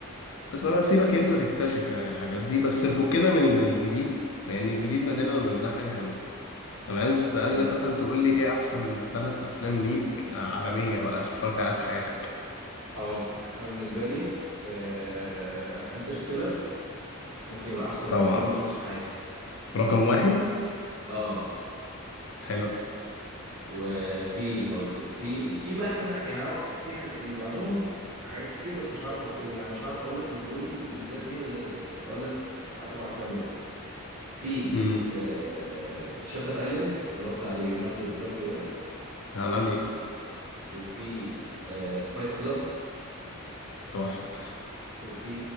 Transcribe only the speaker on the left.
بس انا اسيبك انت تكتشف يعني الحاجات دي بس نفكنا من من الجديد لان الجديد نادرا لما بنلاقي حاجه حلوه انا عايز
عايزك مثلا تقول لي ايه احسن ثلاث افلام ليك عالميه بقى اتفرجت عليها في حياتك
طبعا
رقم واحد
حلو
امم
عالمي
تحفه